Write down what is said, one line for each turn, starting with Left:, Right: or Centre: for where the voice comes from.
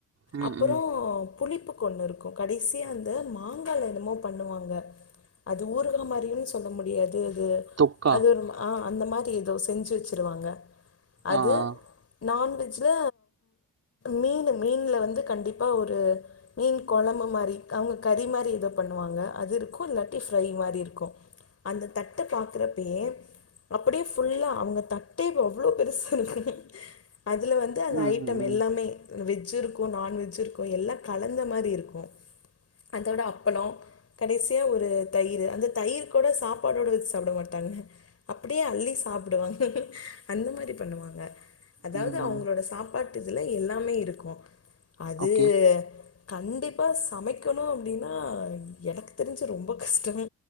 Right: ம்,
Left: அப்புறம்
Right: ம்.
Left: புளிப்புக்கு ஒன்னு இருக்கும் கடைசியா அந்த மாங்கால என்னமோ பண்ணுவாங்க அது ஊருகா மாரினு சொல்ல முடியாது தீது
Right: தொக்கா.
Left: அது ஒரு ஆ அந்த மாரி எதோ செஞ்சி வச்சிருவாங்க அது
Right: ஆ, ஆ.
Left: நான் வெ ஆக்சுல மீனு மீன்ல வந்து கண்டிப்பா ஒரு மீன் கொழம்பு மாறி அவுங்க கறி மாரி எதோ பண்ணுவாங்க அது இருக்கும் இல்லாட்டி ஃப்ரை மாரி இருக்கும் அந்த தட்ட பாக்குறப்பேயே அப்டியே ஃபுல்லா அவங்க தட்டே அவ்ளோ பெருசா இருக்கும் அதுல வந்து அந்த
Right: ம்,
Left: ஐட்டம்
Right: ம், ம்.
Left: எல்லாமே வெஜ்ஜி இருக்கும் நான்வெஜ்ஜி இருக்கும் எல்லா கலந்த மாரி இருக்கும் அதோட அப்பளம் கடைசியா ஒரு தயிரு அந்த தயிர் கூட சாப்பாடோட வச்சி சாப்ட மாட்டாங்க அப்டியே அள்ளி சாப்டுவாங்க அந்த மாரி பண்ணுவாங்க அதாவது
Right: ம் ம்
Left: அவங்களோட சாப் பாட்டு இதுல எல்லாமே இருக்கும் அது
Right: ஓகே
Left: கண்டிப்பா சமைக் க்கணும் அப்டின்னா எனக்கு தெரிஞ்சி ரொம்ப கஷ்டம்